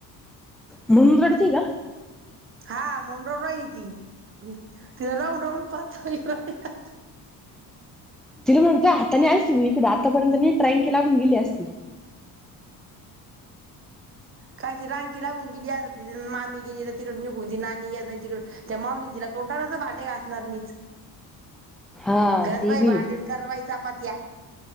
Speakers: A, in the centre; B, on the right.
A: म्हणुन रडती का
B: हा म्हणुन रडू राहीली ति, तिला राहून राहून रडु यायलय परत
A: तिला म्हणते हाताने आली, तु इकड आतापर्यंत ट्राईंग केला पण गेली असती.
B: कायची रांगी लागून गेली. तिथ मामी गेली तर तिकड निघून ती नाणी गेलाय नाही. तिकडे त्या मावशी नी तिला <unintelligible> भांडे घासणार मिच
A: हा
B: घास
A: ते
B: बाई
A: बी
B: भांडी आणि कर बाई चपात्या